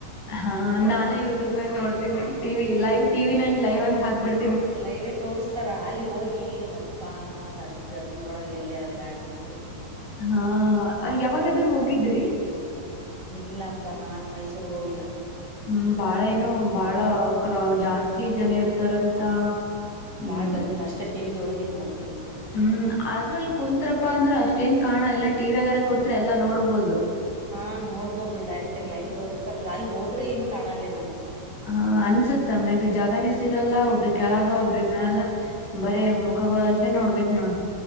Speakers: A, on the left; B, on the right.
A: ಹಾ ನಾನು ಯೂಟ್ಯೂಬ್ ಮಾಗ ನೋಡ್ತ ಟಿ ಲೈವ್ ಟಿ ನನ್ ಲೈವ ಅಂತ ಹಾಕ್ಬಿಡ್
B: ಅಲ್ಲ ಇವೇ ತೋರ್ಸ್ತಾರ ಅಲ್ಲಿ ಹೋಗಿ ಅಪ್ಪಾ ಆಗ ಅಷ್ಟ ಗದಲ್ದೊಳಗೆ ಎಲ್ಲರ ಬ್ಯಾಡ ಸುದ್ಯ
A: ಹಾ ಯಾವಾಗಾದ್ರೂ ಹೋಗಿದ್ರಿ
B: ಇಲ್ಲಪ್ಪ ನಾನ್ ಮೈಸೂರ್ ಹೋಗಿಲ್ಲ
A: ಹ್ಮ್ ಬಾಳ ಏನು ಬಾಳ ಕ ಜಾಸ್ತಿ ಜನ ಇರ್ತಾರಂತ
B: ಹಾ
A: ಹ್ಮ್
B: ಬಾಳಳ್ ಗದ್ದಿಲ್ಲ ಅಷ್ಟೇ ಟಿವಿದೊಳಗ ನೋಡ್ತ
A: ಹ್ಮ್ ಆದ್ರ ಅಲ್ಲಿ ಕುಂತ್ತ್ರಪ್ಪಾ ಅಂದ್ರರು ಅಷ್ಟೇನ್ ಕಾಣ ಇನ ಟಿವಿ ಆಗಾರ ಕುಂತ್ರೆ ಎಲ್ಲಾ ನೋಡ್ಬಹುದು
B: ಹಾ ನೋಡ್ಬೋದು ಡೈರೆಕ್ಟ್ ಆಗ ಲೈವ್ ತೋರಿಸಸ್ತಾರಲ್ಲ ಅಲ್ಲಿ ಹೋ್ರ ಏನು ಕಾಣಲ್ಲೇ ಅಸ್ತತ್
A: ಹಾ ಅನ್ಸುತ್ತ ಮೇ ಬಿ ಜಾಗನೇ ಸಿಗಲ್ಲ ಒಬ್ರ ಕೆಳಗ
B: ಹ್ಮ್
A: ಒಬ್ರ ಮಲ್ಲ ಬರೀ ಮುಖಗಳುಷ್ಟೇ ನೋಡ್ಬೇಕ್ ನೋಡ